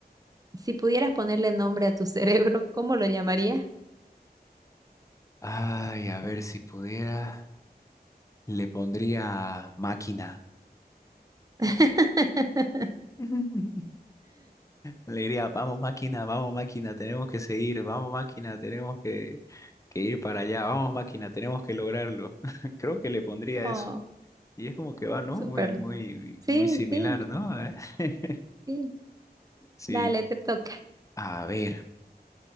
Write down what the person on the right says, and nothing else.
si pudieras ponerle nombre a tu <laughs> cerebro, ¿cómo lo llamarías?
<laughs>
Oh,
súper.
Sí,
sí,
sí.
Dale, te toca.